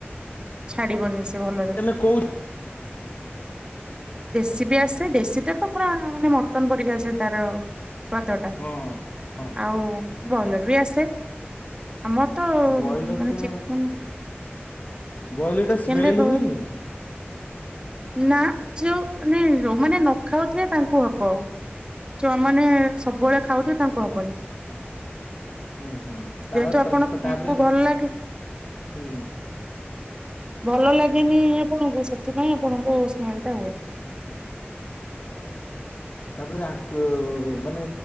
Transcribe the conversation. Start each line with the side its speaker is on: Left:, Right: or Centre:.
Right: ଛାଡିବନି ସେ ଭଲରେ।
Left: ତମେ କୋଉ
Right: ଦେଶୀ ବି ଆସେ ଦେଶୀ ତ ତ ପୁରା ମାନେ ମଟନ ପରିକି ଆସେ ତାର ସ୍ୱାଦ ଟା
Left: ହଁ ହଁ
Right: ଆଉ ବଲର ବି ଆସେ। ଆମର ତ
Left: ବ୍ରଏଲର୍ଟା
Right: ମାନେ ଚିକେନେ
Left: ବ୍ରଏଲର୍ଟା
Right: ଚିକେନ
Left: ସ୍ମେଲ୍
Right: ଟା କୁ
Left: ହୁଏନି
Right: ନା ଯଉ ମାନେ ଯୋଉମାନେ ନ ଖାଉଥିବେ ତାଙ୍କୁ ହବ। ଛୁଆମାନେେ ସବୁବେଳେ ଖାଉଥିବେ ତାଙ୍କୁ ହବନି।
Left: ହୁ ହୁଁ ତା
Right: ଯେହେତୁ
Left: ଉପରେ
Right: ଆପଣଙ୍କୁ
Left: ତା ତାପରେ
Right: ଭଲ ଲାଗେ
Left: ହୁୁ
Right: ଭଲ ଲାଗେନି ଆପଣଙ୍କୁ ସେଥିପାଇଁ ଆପଣଙ୍କୁ ସ୍ମେଲେ ଟା ହୁଏ।
Left: ତା ପରେ ଆଙ୍କୁ ଅ ମାନେ